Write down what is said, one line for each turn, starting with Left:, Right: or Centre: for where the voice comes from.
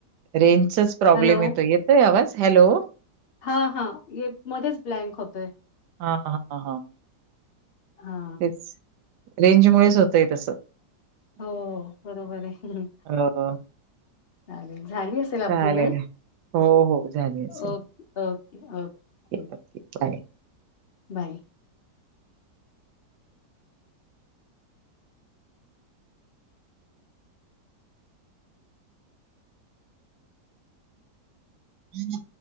Right: रेंजचाच प्रॉब्लेम
Left: हॅलो
Right: येतो येतोय आवाज हॅलो...
Left: हा हा मध्येच ब्लँक होतोय...
Right: हा हां हा
Left: हा
Right: तेच रेंज मुळेच होतंय तसं...
Left: हो बरोबर आहे
Right: हो.
Left: चालेल झाली असेल आपली
Right: चालेल.
Left: वेळ....
Right: हो, हो. झाली असेल.
Left: Okay okay okay...
Right: okay. Bye.
Left: Bye....
Right: ह्.....